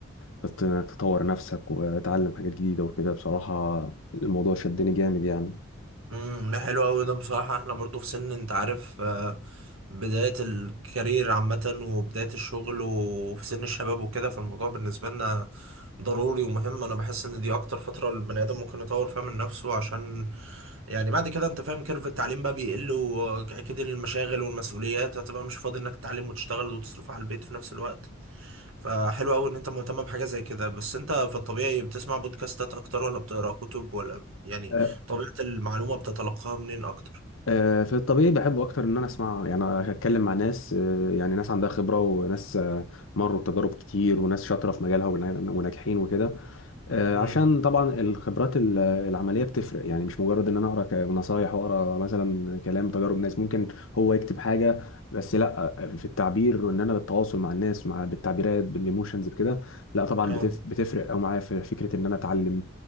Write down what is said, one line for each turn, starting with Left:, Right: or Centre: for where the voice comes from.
Left: في ت- انك تطور نفسك وتعلم حاجات جديدة وكده بصراحة الموضوع شدني جامد يعني
Right: امم ده حلو قوي ده بصراحة احنا برضو في سن انت عارف آه، بداية الكارير عامة وبداية الشغل وفي سن الشباب وكده فالموضوع بالنسبة لنا ضروري ومهم انا بحس ان دي اكتر فترة البني ادم ممكن يطور فيها من نفسه عشان يعني بعد كده انت فاهم كيرف التعليم بقى بيقل واكيد المشاغل والمسؤوليات هتبقى مش فاضي انك تتعلم وتشتغل وتصرف على البيت في نفس الوقت فحلو قوي ان انت مهتم بحاجه زي كده بس انت في الطبيعي بتسمع بودكاستات اكتر ولا بتقرا كتب ولا يعني
Left: أه،
Right: طبيعه المعلومه بتتلقاها منين اكتر
Left: أه، في الطبيعي بحب اكتر ان انا اسمع يعني اتكلم مع ناس أه، يعني ناس عندها خبرة وناس أه، مروا بتجارب كتير وناس شاطرة في مجالها ونا- وناجحين وكده آه،
Right: امم
Left: عشان طبعا الخبرات ال- العمليه بتفرق يعني مش مجرد ان انا اقرا ك- نصايح واقرا مثلا كلام تجارب ناس ممكن هو يكتب حاجه بس لا في التعبير وان انا بالتواصل مع الناس مع بالتعبيرات بالايموشنز بكده لا طبعا
Right: اه
Left: بتف بتفرق او معايا في فكره ان انا اتعلم